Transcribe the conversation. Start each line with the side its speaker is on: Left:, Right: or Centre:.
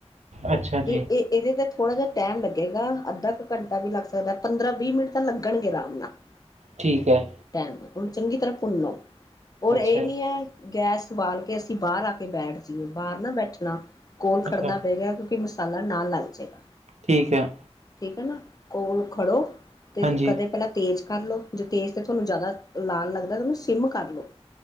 Right: ਅੱਛਾ
Left: ਤੇ
Right: ਜੀ।
Left: ਇਹ-ਇਹਦੇ ਤੇ ਥੋੜ੍ਹਾ ਜਿਹਾ ਟੈਮ ਲੱਗੇਗਾ ਅੱਧਾ ਕੁ ਘੰਟਾ ਵੀ ਲੱਗ ਸਕਦਾ ਪੰਦਰਾਂ ਵੀਹ ਮਿੰਟ ਤਾਂ ਲੱਗਣ ਗੇ ਆਰਾਮ ਨਾਲ <inaudible>
Right: ਠੀਕ ਹੈ।
Left: ਟੈਮ ਉਨੂੰ ਚੰਗੀ ਤਰ੍ਹਾਂ ਭੁੰਣੋ। ਔਰ
Right: ਅੱਛਾ,
Left: ਇਹ ਨੀ ਹੈ ਗੈਸ ਉ ਬਾਲ ਕੇ ਅਸੀਂ ਬਾਰ ਆ ਕੇ ਬੈਠ ਜਾਈਏ ਬਾਰ ਨਾ ਬੈਠਣਾ ਕੋਲ ਖੜਨਾ
Right: ਅੱਛਾ,
Left: ਪਏਗਾ ਕਿਉਂਕਿ ਮਸਾਲਾ ਨਾਲ ਲੱਗ ਜਾਏਗਾ।
Right: ਠੀਕ ਹੈ।
Left: ਠੀਕ ਏ ਨਾ ਕੋਲ ਖੜੋ ਤੇ-ਤੇ
Right: ਹਾਂਜੀ,
Left: ਕਦੇ ਪੈਲਾਂ ਤੇਜ਼ ਕਰ ਲਉ ਜੇ ਤੇਜ਼ ਤਾਂ ਤੁਹਾਨੂੰ ਜਾਦਾ ਲਾਲ ਲੱਗਦਾ ਤਾਂ ਉਹਨੂੰ ਸਿਮ ਕਰ ਲਉ।